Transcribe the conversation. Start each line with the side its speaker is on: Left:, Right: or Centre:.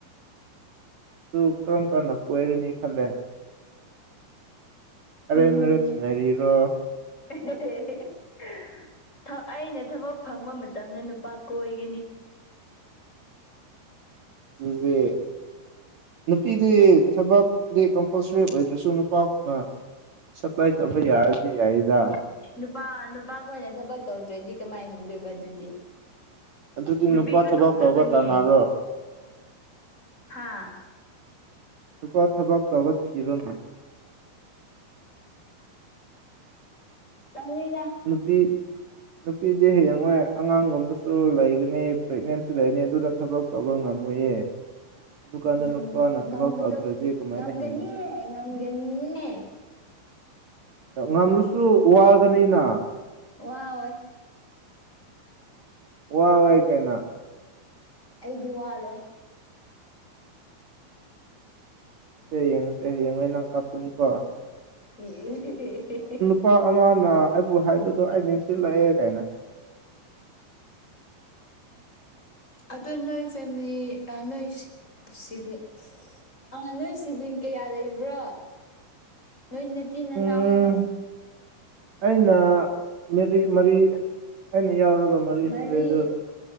Right: ꯑꯗꯨꯨ ꯀꯔꯝ ꯀꯥꯟꯗ ꯀꯣꯏꯔꯅꯤ ꯈꯜꯂꯦ ꯑꯔꯦꯟꯖ
Left: ꯎꯝ
Right: ꯃꯔꯦꯁ ꯉꯥꯏꯔꯤꯔꯣ
Left: <inaudible> ꯊ ꯑꯩꯅ ꯊꯕꯛ ꯐꯪꯕ ꯃꯇꯝꯗ ꯅꯨꯄꯥ ꯀꯣꯏꯒꯅꯤ
Right: ꯗꯨꯗꯤ ꯅꯨꯄꯤꯗꯤ ꯊꯕꯛꯇꯗꯤ ꯀꯝꯄꯜꯁꯔꯤ ꯑꯣꯏꯗ꯭ꯔꯥꯁꯨ ꯅꯨꯄꯥꯅ ꯁꯄ꯭ꯂꯥꯏ ꯇꯧꯕ ꯌꯥꯔꯗꯤ ꯌꯥꯏꯗ
Left: ꯅꯨꯄꯥ ꯅꯨꯄꯥ ꯈꯣꯏꯅ ꯊꯕꯛ ꯇꯧꯗ꯭ꯔꯥꯗꯤ ꯀꯃꯥꯏ ꯍꯤꯡꯗꯣꯏꯕ ꯑꯗꯨꯗꯤ
Right: ꯑꯗꯨꯗꯤ
Left: ꯅꯨꯄꯤꯁꯨ
Right: ꯅꯨꯄꯥ ꯊꯕꯛ
Left: ꯇꯧꯗꯕꯅꯦ
Right: ꯇꯧꯕ ꯇꯥꯟꯅꯔꯣ
Left: ꯍꯥ
Right: ꯅꯨꯄꯥ ꯊꯕꯛ ꯇꯧꯕ ꯊꯤꯔꯨꯅꯨ
Left: ꯇꯜꯂꯤꯗ
Right: ꯅꯨꯄꯤ ꯅꯨꯄꯤꯗꯤ ꯍꯌꯦꯡꯋꯥꯏ ꯑꯉꯥꯡꯒꯨꯝꯕꯁꯨ ꯂꯩꯒꯅꯤ ꯄ꯭ꯔꯦꯒꯅꯦꯟꯁꯨ ꯂꯩꯒꯅꯤ ꯑꯗꯨꯅ ꯊꯕꯛ ꯇꯧꯕ ꯉꯝꯃꯣꯏꯌꯦ ꯑꯗꯨꯀꯥꯟꯗ
Left: ꯉꯝ
Right: ꯅꯨꯄꯥꯅ ꯊꯕꯛ
Left: ꯉꯝꯒꯗꯧ
Right: ꯇꯧꯗ꯭ꯔꯗꯤ ꯀꯃꯥꯏꯅ
Left: ꯉꯝꯒꯅꯤꯌꯦ
Right: ꯍꯤꯡꯒꯅꯤ
Left: ꯉꯝꯒꯅꯤꯌꯦ
Right: ꯉꯝꯂꯁꯨ ꯋꯥꯒꯅꯤꯅ
Left: ꯋꯥꯑꯣꯏ
Right: ꯋꯥꯑꯣꯏ ꯀꯥꯏꯅ
Left: ꯑꯩꯗꯤ ꯋꯥꯔꯣꯏ
Right: ꯁꯦ ꯌꯦꯡꯉꯁꯦ ꯍꯌꯦꯡꯋꯥꯏ ꯅꯪ ꯀꯞꯀꯅꯤꯀꯣ
Left: ꯏꯁ
Right: ꯅꯨꯄꯥ ꯑꯃꯅ ꯑꯩꯕꯨ ꯍꯥꯏꯕꯗꯣ ꯑꯩ ꯅꯤꯡꯁꯤꯡꯂꯛꯑꯦ ꯀꯥꯏꯅ
Left: ꯑꯗꯨ ꯅꯣꯏ ꯐꯦꯃꯤꯂꯤ ꯑꯥ ꯅꯣꯏ ꯁꯤ ꯁꯤꯕꯤꯂꯤꯡ ꯑ ꯅꯣꯏ ꯁꯤꯕꯤꯂꯤꯡ ꯀꯌꯥ ꯂꯩꯕ꯭ꯔꯣ ꯅꯣꯏ ꯅꯆꯤꯟ ꯅꯅꯥꯎ
Right: ꯎꯝ
Left: ꯍꯥꯏꯕ
Right: ꯑꯩꯅ ꯃꯔꯤ ꯃꯔꯤ ꯑꯩꯅ ꯌꯥꯎꯔꯒ ꯃꯔꯤꯁꯨꯔꯦ
Left: ꯃꯔꯤ
Right: ꯗꯨ